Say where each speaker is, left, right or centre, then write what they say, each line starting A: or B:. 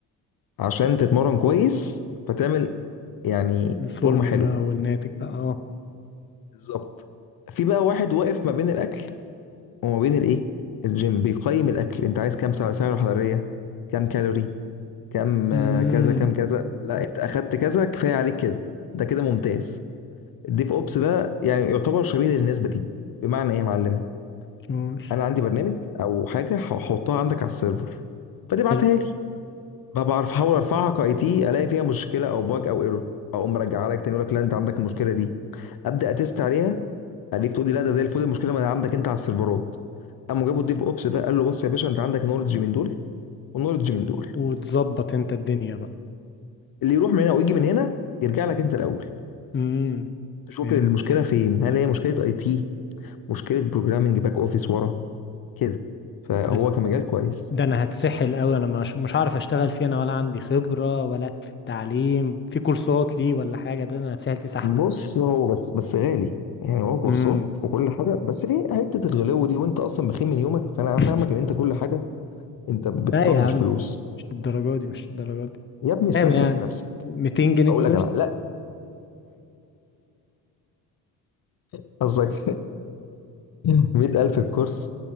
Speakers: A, on the left; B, on the left.
A: عشان تتمرن كويس فتعمل يعني
B: الفورمولا
A: فورمه حلوه
B: او الناتج بقى اه
A: بالظبط في بقى واحد واقف ما بين الاكل وما بين الايه الجيم بيقيم الاكل انت عايز كام سعر- سعره حراريه كام كالوري كام
B: امم
A: آه، كذا كام كذا لا انت اخدت كذا كفايه عليك كده ده كده ممتاز الديف اوبس بقى يعني يعتبر شبيه للنسبه دي بمعنى ايه يا معلم
B: قول
A: انا عندي برنامج او حاجه هحطها عندك على السيرفر فتبعتها
B: حلو
A: لي بقى بعرف احاول ارفعها كاي تي الاقي فيها مشكله او باج او ايرور اقوم مرجعها لك تاني يقول لك لا انت عندك المشكله دي ابدا اتست عليها خليك تقول لي لا ده زي الفل المشكله ما عندك انت على السيرفرات قاموا جابوا الديف اوبس ده قال له بص يا باشا انت عندك نولج من دول ونولج من دول
B: وتظبط انت الدنيا بقى
A: اللي يروح من هنا ويجي من هنا يرجع لك انت الاول
B: امم
A: تشوف
B: فهمت
A: المشكله فين هل هي مشكله اي تي مشكله بروجرامنج باك اوفيس ورا كده فهو
B: بس
A: كمجال كويس
B: ده انا هتسحل قوي انا مش مش هعرف اشتغل فيه انا ولا عندي خبره ولا في التعليم في كورسات ليه ولا حاجه ده انا هتسحل فيه سحله
A: بص هو بس بس غالي يعني هو كورسات
B: امم
A: وكل حاجه بس في حته الغلو دي وانت اصلا بخيل من يومك فانا
B: <laughs>
A: فاهمك ان انت كل حاجه انت بتطنش
B: لا يا عم
A: فلوس
B: مش للدرجه دي مش للدرجه دي
A: يا ابني استثمر
B: كام يعني
A: في نفسك
B: 200 جنيه
A: اقول
B: الكورس
A: لك على لا <laughs> قصدك <laughs> مئة ألف الكورس